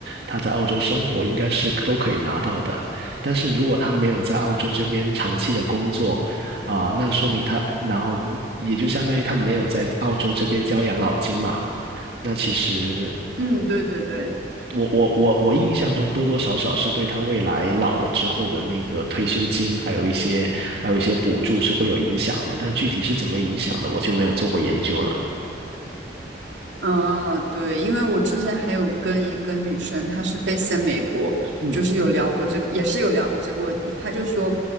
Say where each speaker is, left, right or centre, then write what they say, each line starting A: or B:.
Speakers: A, on the right; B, on the right.
A: 他在澳洲生活应该是都可以拿到的。但是如果他没有在澳洲这边长期的工作，啊、那说明他，然后嗯也就相当于他没有在澳洲这边交养老金嘛。那其实
B: 嗯，对对对。
A: 我我我我印象中多多少少是对他未来老了之后的那个退休金，还有一些还有一些补助是会有影响的，但具体是怎么影响的，我就没有做过研究了。
B: 嗯，对，因为我之前还有跟一个女生，她是 base 在美国，
A: 嗯，
B: 就是有聊过这个，也是有聊过这个问题。她就说，